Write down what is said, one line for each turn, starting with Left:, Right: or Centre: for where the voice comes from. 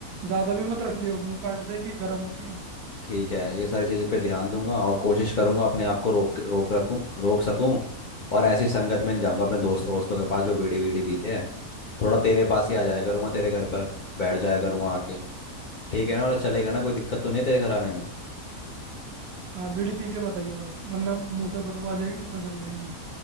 Right: ज्यादा भी मत रख लियो मुंह काट देगी गर्म होती है
Left: ठीक है ये सारी चीज़ों पे ध्यान दूंगा और कोशिश करूंगा अपने आप को रोक रोक रखूं रोक सकूं और ऐसी संगत में नहीं जाऊंगा अपने दोस्तों वोस्तों के पास जो बीड़ी वीड़ी पीते हैं थोड़ा तेरे पास ही आ जाया करूंगा तेरे घर पर बैठ जाया करूंगा आके ठीक है ना मतलब चलेगा ना कोई दिक्कत तो नहीं है तेरे घर आने में
Right: हाँ बीड़ी पी के मत आइयो बस वरना मुंह से बदबू आ जाएगी पता चल जाएगी